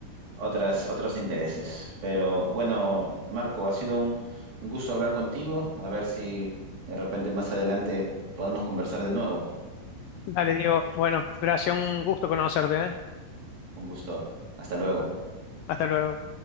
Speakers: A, on the right; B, on the left.
A: otras, otros intereses. Pero bueno, Marco, ha sido un, un gusto hablar contigo. A ver si de repente más adelante podemos conversar de nuevo.
B: Dale, Diego. Bueno, gracias, un gusto conocerte, ¿eh?
A: Un gusto. Hasta luego.
B: Hasta luego.